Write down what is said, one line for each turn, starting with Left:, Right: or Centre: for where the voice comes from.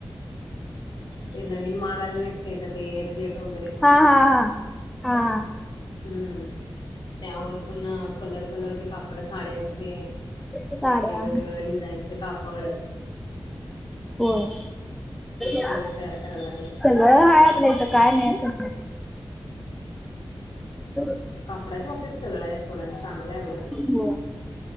Left: ते नवीन माग आले नाहीत ते ग ते एअरजेट वगैरे
Centre: हा हा हा हा
Left: हम्म त्यावर पण कलर कलरचे कापड साड्यांचे
Centre: साड्या
Left: परत वेगळ वेगळ्या डिझाईनचे कापड
Centre: होय <unintelligible>
Left: ते सगळे
Centre: हो
Left: तयार करायला लागले.
Centre: ह आपलं हिथ काय नाही असं नाही <unintelligible>
Left: कपडाच्या बाबतीत सगळं आहे सोडा आणि चांगलं आहे उलट.
Centre: नाही होय